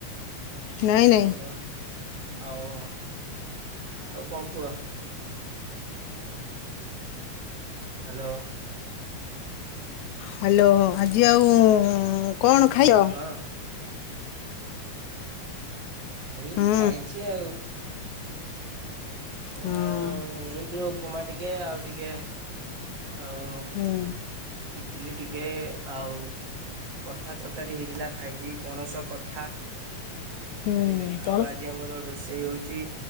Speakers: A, on the left; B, on the right.
A: ନାଇଁ ନାଇଁ
B: ହେଲ ହଉ ଆଉ କଣ କୁହ? ହ୍ୟାଲୋ
A: ହ୍ୟାଲୋ ଆଜି ଆଉ କଣ ଖାଇଚ?
B: ହଁ ନାଇଁ
A: ହୁଁ
B: ଖାଇଛି ଆଉ। ଆ
A: ହୁଁ
B: ଏଇ ଟିକେ ଉପମା ଟିକେ ଆଉ ଟିକେ ଆଉ
A: ହୁଁ।
B: ଇଟିଲି ଟିକେ ଆଉ କଠା ତରକାରୀ ହେଇଥିଲା ଖାଇଛି ପଣସ କଠା।
A: ହୁଁ
B: ବୁଝିଲେ
A: ପଣସ
B: ଆଉ ଆଜି ଆମର ରୋଷେଇ ହଉଛି